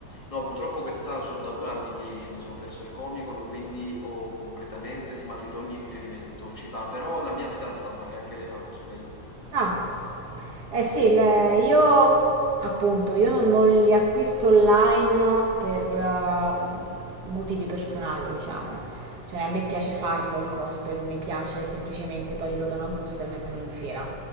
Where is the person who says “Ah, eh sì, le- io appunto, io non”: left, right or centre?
Right